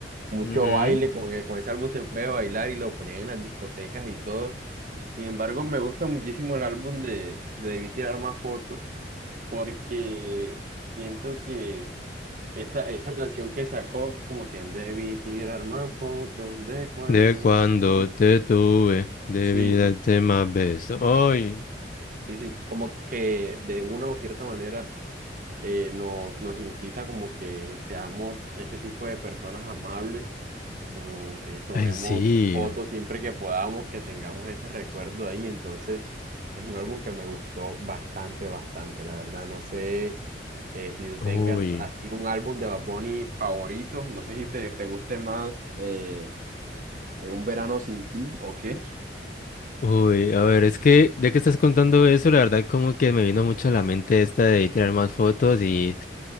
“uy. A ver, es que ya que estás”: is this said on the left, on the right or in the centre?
Left